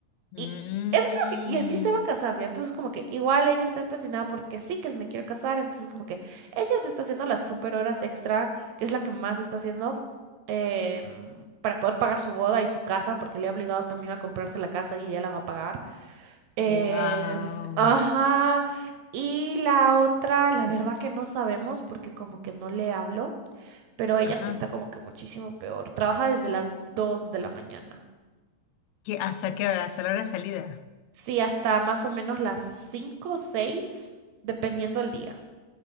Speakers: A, on the right; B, on the left.
A: Y
B: Mm.
A: es como que, y así se va a casar ya. Entonces, como que igual ella está empecinada porque sí que me quiero casar. Entonces, como que ella se está haciendo las super horas extra, que es la que más está haciendo, em, para poder pagar su boda y su casa, porque le ha obligado también a comprarse la casa y ella la va a pagar. Eh,
B: Wow.
A: ajá. Y la otra, la verdad que no sabemos porque como que no le hablo, pero ella
B: Ajá.
A: sí está como que muchísimo peor. Trabaja desde las 2 de la mañana.
B: ¿Qué, hasta qué hora? ¿Hasta la hora de salida?
A: Sí, hasta más o menos las 5 o 6, dependiendo del día.